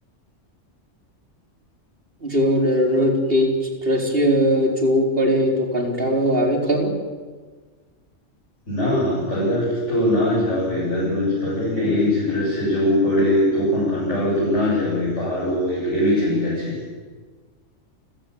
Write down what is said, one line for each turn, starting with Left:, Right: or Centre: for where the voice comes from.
Right: જો દરરોજ એજ દ્રશ્ય જોવું પડે તો કંટાળો આવે ખરો.
Left: ના કદાચ તો ના જ આવે દરરોજ ભલે ને એ જ દ્રશ્ય જોવું પડે. તો પણ કંટાળો તો ના જ આવે પહાડો એક એવી જગ્યા છે.